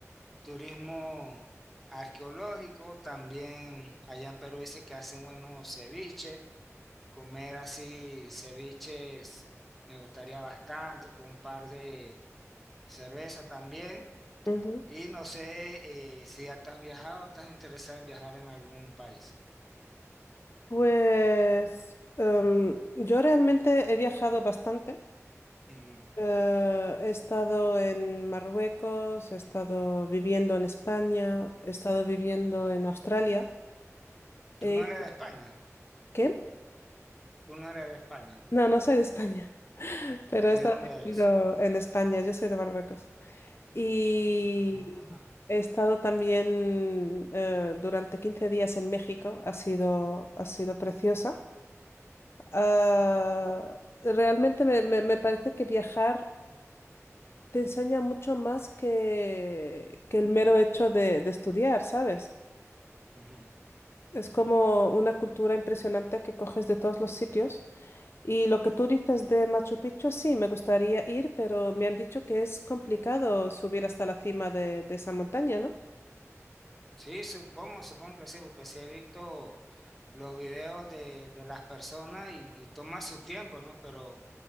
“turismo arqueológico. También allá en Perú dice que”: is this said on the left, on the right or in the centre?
Centre